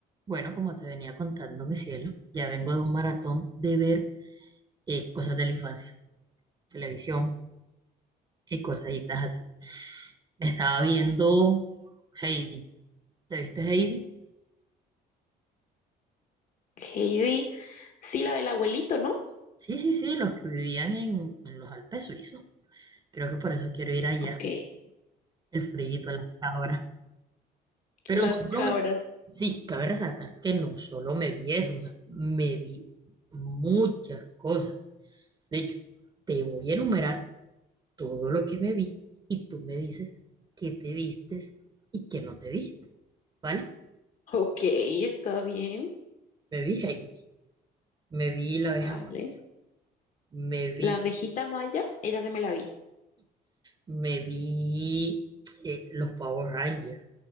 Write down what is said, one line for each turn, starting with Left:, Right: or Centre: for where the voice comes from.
Right: Bueno, como te venía contando, mi cielo, ya vengo de un maratón de ver eh, cosas de la infancia, televisión y cositas así. Me estaba viendo Heidi. ¿Te viste Heidi?
Left: Heidi, sí, la del abuelito, ¿no?
Right: Sí, sí, sí, los que vivían en, en los Alpes suizos. Creo que por eso quiero ir allá,
Left: Ok,
Right: el frío, las cabras. Pero
Left: las
Right: no
Left: cabras.
Right: solo me... Sí, cabe resaltar que no solo me vi eso, o sea, me vi muchas cosas. De hecho, te voy a enumerar. todo lo que me vi y tú me dices qué te vistes y qué no te viste, ¿vale?
Left: Ok, está bien.
Right: Me vi Heidi, me vi la abeja,
Left: Vale.
Right: Maya, me
Left: La
Right: vi,
Left: abejita maya, esa se me la vi.
Right: me vi eh, los Power Rangers,